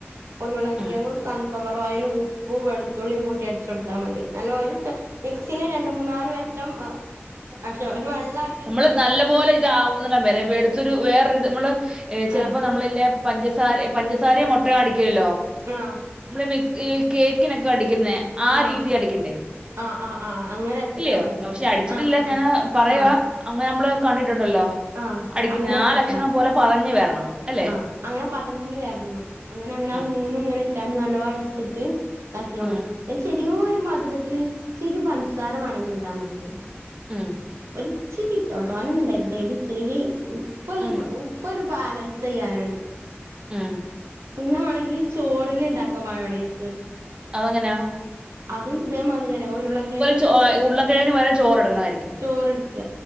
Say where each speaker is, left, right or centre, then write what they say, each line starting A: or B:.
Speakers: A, on the right; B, on the right.
A: ഉരുളങ്കിഴങ്ങും
B: ഉം
A: സൺ വർഓയിലും ഉപ്പും വെള്ത്തുള്ളിം കൂട്ടി അട്ച്ചൊട്ത്താ മതി നല്ല ഒര് മിക്സീല് രണ്ട്മൂന്നാല് വട്ടം ആഹ് ഒരു വള്ളായി
B: നമ്മള് നല്ലപോലെ ഇതാവുന്നടംവരേ വെളുത്തൊരു വേറൊരിത് മ്മള് ചെലപ്പോ
A: ആഹ്
B: നമ്മളില്ലെ പഞ്ചസാരേ പഞ്ചസാരയും മൊട്ടയും അടിക്കുവല്ലോ.
A: ആഹ്.
B: മ്മള് മിക്സ് ഈ കേക്കിനൊക്ക അടിക്കുന്നെ ആ
A: ആഹ്
B: രീതീ അടിക്കണ്ടേ
A: ആഹ് ആഹ് ആഹ് അങ്ങനെ അടിച്ചാ
B: ഇല്ലിയോ
A: മതി
B: പക്ഷെ അടിച്ചിട്ടില്ല
A: ആഹ് ആഹ്
B: ഞാനാ പറയ്വാ
A: ആഹ്
B: അങ്ങനെമ്മള് കണ്ടിട്ടുണ്ടല്ലോ
A: ആഹ്
B: അടിക്കുന്നെ
A: അങ്ങനെ അടിക്ക
B: ആ ലക്ഷണം പോലെ പതഞ്ഞ് വര്ണം അല്ലെ?
A: ആഹ് അങ്ങനെ പതഞ്ഞ് വര്ണം അങ്ങനെ അങ്ങനെ അത്
B: ഉം
A: മൂന്നും ഇങ്ങനെ ഇട്ടാണ്ട് നല്ലോം അട്ച്ച്ട്ട് താക്കിയാമതി
B: ഉം
A: അയിന് ചെറിയോരു മധ്‌രത്തിന് ഇച്ചിരി പൻസാര വാണെങ്കി ഇടാമ്മക്ക്.
B: ആഹ്.
A: ഇച്ചിരിയിട്ടോ തോനെന്നും വേണ്ടേരി ഇച്ചിരി ഒരു ഉപ്പല്ല
B: ഉം
A: ഉപ് പ്പൊരു ബാലൻസയ്യാനാണ്.
B: ഉം
A: പിന്നെ വേണെങ്കി ചൊറില്ണ്ടാക്കാം മയോണൈസ്.
B: അതെങ്ങനെയാ?
A: അതും ഇതേമാതിരി തന്നെ ഉരുളങ്കിഴങ്ങും
B: ചോ
A: കൂട്ട
B: ഉരുളക്കിഴങ്ങിന് പകരം ചോറ് എടുക്കണമായിരിക്കും
A: ചോറെടുക്ക.